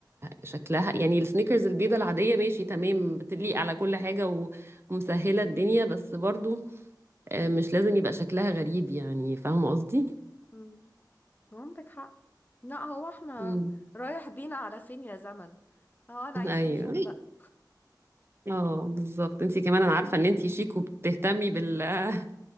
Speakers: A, on the right; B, on the left.
A: شكلها يعني السنيكرز البيضة العادية ماشي تمام بتليق على كل حاجة و- ومسهلة الدنيا بس برضو آه، مش لازم يبقى شكلها غريب يعني فاهمة قصدي؟
B: مم، عندك حق لا هو احنا
A: مم.
B: رايح بينا على فين يا زمن هو هنعيش
A: ايوه
B: ونشوف بقى
A: اه بالظبط انتي كمان انا عارفة
B: مم.
A: ان انتي شيك وبتهتمي بال <laughs>